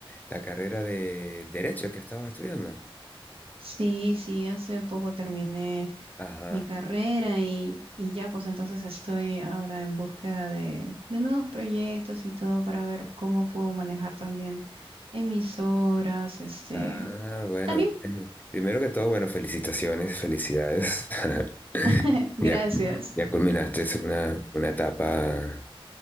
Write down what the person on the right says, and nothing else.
Sí, sí, hace poco terminé
mi carrera y, y ya pues entonces estoy ahora en búsqueda de, de nuevos proyectos y todo para ver cómo puedo manejar también emisoras, este,
también,
<laughs> gracias.